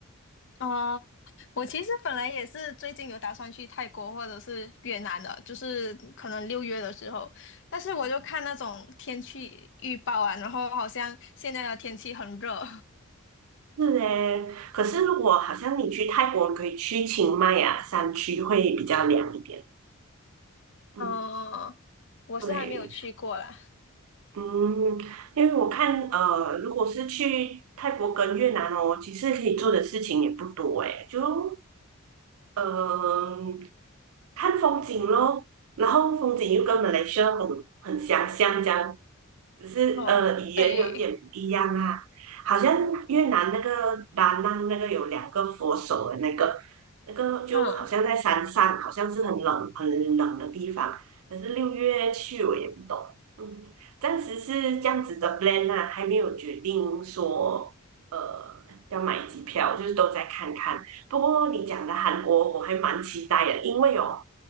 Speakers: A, on the left; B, on the right.
A: 哦，我其实本来也是最近有打算去泰国或者是越南的，就是可能六月的时候，但是我就看那种天气预报啊，
B: 嗯，
A: 然后好像现在的天气很热，
B: 是嘞。可是如果好像你去泰国，可以去清迈啊山区会比较凉一点。
A: <laughs>
B: 嗯，
A: 哦，我是还没有去过啦。
B: 对。嗯，因为我看，呃，如果是去泰国跟越南哦，其实可以做的事情也不多诶，就嗯，看风景咯，然后风景又跟马来西亚很很相像，这样，只是呃语言有点不一样啊。
A: 哦，对，
B: 好像越南那个达 n 那个有两个佛手的那个，那个就好像在山上，
A: 嗯，
B: 好像是很冷很冷的地方。可是六月去我也不懂，嗯，暂时是这样子的 plan 啊，还没有决定说呃要买机票，就是都在看看。不过你讲的韩国我还蛮期待的，因为哦，